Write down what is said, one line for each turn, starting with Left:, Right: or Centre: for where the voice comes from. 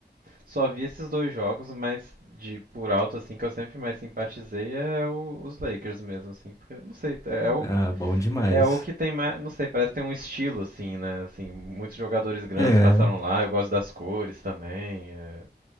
Right: só vi esses dois jogos, mas de por alto, assim, que eu sempre mais simpatizei é o- os Lakers mesmo, assim, porque, não sei, é é o,
Left: Ah, bom demais.
Right: é o que tem mais, não sei, parece que tem um estilo, assim, né, assim, muitos jogadores grandes
Left: É,
Right: passaram lá, eu gosto das cores também, é...